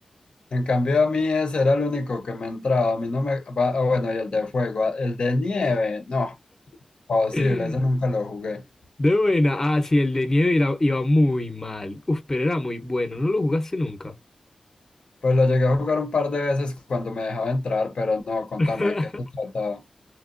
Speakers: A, on the left (about 55°); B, on the left (about 20°).
A: En cambio, a mí ese era el único que me entraba. A mí no me... va- ah, bueno, y el de fuego, el de nieve, no, posible,
B: <laughs>
A: ese nunca lo jugué.
B: De buena. Ah, sí, el de nieve era- iba muy mal. Uf, pero era muy bueno. ¿No lo jugaste nunca?
A: Pues lo llegué a jugar un par de veces cuando me dejaba entrar, pero no, contame
B: <laughs>
A: qué se trataba